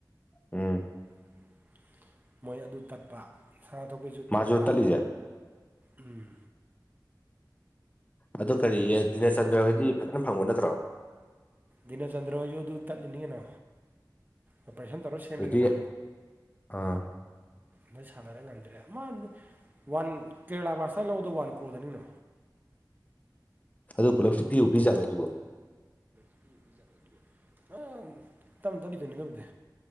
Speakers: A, on the left; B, on the right.
A: ꯎꯝ
B: <unintelligible> ꯃꯣꯏ ꯑꯗꯨ ꯇꯠꯄ ꯁꯅ ꯊꯣꯛꯄꯤꯁꯨ
A: ꯃꯥꯁꯨ
B: ꯇꯠꯄ
A: ꯇꯠꯂꯤꯁꯦ
B: ꯎꯝ
A: ꯑꯗꯣ ꯀꯔꯤꯌꯦ ꯗꯤꯅꯦꯆꯟꯗ꯭ꯔ ꯍꯣꯏꯗꯤ ꯐꯖꯅ ꯐꯪꯕ ꯅꯠꯇ꯭ꯔꯣ
B: ꯗꯤꯟꯆꯗ꯭ꯔ ꯍꯣꯏꯁꯨ ꯑꯗꯨꯗꯨ ꯇꯠꯂꯤꯅꯤ ꯀꯩꯅꯣ ꯑꯣꯄꯔꯦꯁꯟ ꯇꯧꯔ ꯁꯦꯝꯃꯦꯗꯅ
A: ꯍꯧꯖꯤꯛꯇꯤ ꯑꯥ
B: ꯅ ꯁꯥꯟꯅꯔ ꯉꯝꯗ꯭ꯔꯦ ꯃꯥ ꯋꯥꯟ ꯀꯦꯔꯂꯥ ꯕꯥꯔꯁꯇ ꯂꯧꯕꯗ ꯋꯥꯟ ꯀꯣꯗꯅꯤꯅꯣ
A: ꯑꯗꯨ ꯄꯨꯂꯞꯁꯨ ꯄꯤꯕꯨ ꯄꯤꯔꯛꯖꯥꯠꯂꯣ ꯑꯗꯨꯕꯣ
B: <unintelligible> ꯑ ꯇꯞꯅ ꯇꯝꯕꯤꯗꯅꯦ ꯇꯗ